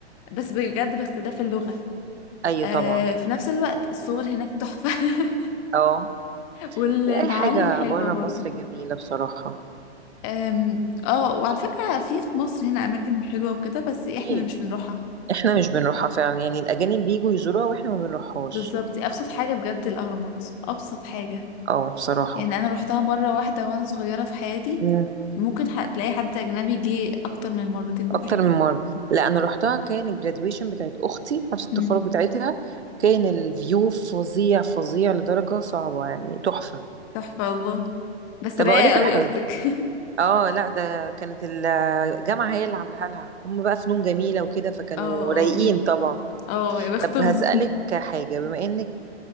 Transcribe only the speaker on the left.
بس بجد باختلاف اللغه
آه،
في نفس الوقت الصور هناك تحفه <laughs>
والمعالم
حلوه
برضو
أم، اه وعلى فكرة في في مصر هنا أماكن حلوة وكده بس احنا
اللي مش بنروحها
بالظبط أبسط حاجة بجد الأهرامات أبسط حاجة
يعني أنا روحتها مرة واحدة وأنا صغيرة في حياتي
ممكن ح- تلاقي حد أجنبي جه أكتر من مرتين
ولا حاجة
أمم،
تحفة الله بس
رايقة
قوي
أختك <laughs>
اه اه
اه يا بختهم